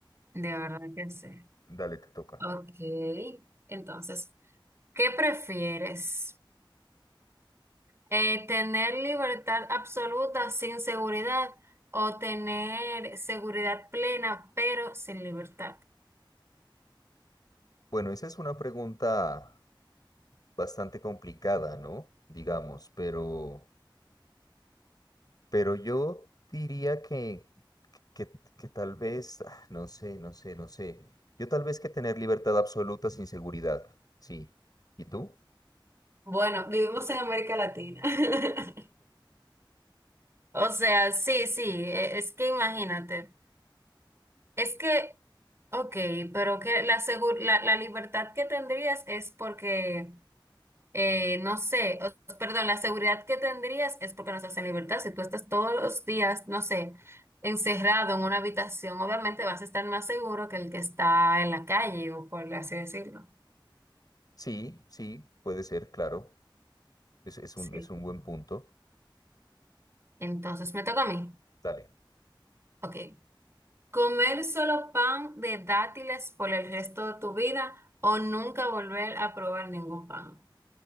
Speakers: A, on the right; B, on the left.
A: De verdad que sí.
B: dale, te toca.
A: Ok. Entonces, ¿Qué prefieres? Eh, ¿tener libertad absoluta sin seguridad o tener seguridad plena pero sin libertad?
B: Bueno, esa es una pregunta bastante complicada, ¿no? Digamos, pero... Pero yo diría que, que, que tal vez, ah, no sé, no sé, no sé. Yo tal vez que tener libertad absoluta sin seguridad. Sí. ¿Y tú?
A: bueno, vivimos en América Latina. <laughs> O sea, sí, sí, e- es que imagínate, es que, ok, pero que la, segur- la, la libertad que tendrías es porque eh, no sé, o- perdón, la seguridad que tendrías es porque no estás en libertad. Si tú estás todos los días, no sé, encerrado en una habitación, obviamente vas a estar más seguro que el que está en la calle o por así decirlo.
B: Sí, sí, puede ser, claro. Es, es
A: Sí.
B: un, es un buen punto.
A: Entonces me toca a mí.
B: Dale.
A: Ok. ¿Comer solo pan de dátiles por el resto de tu vida o nunca volver a probar ningún pan?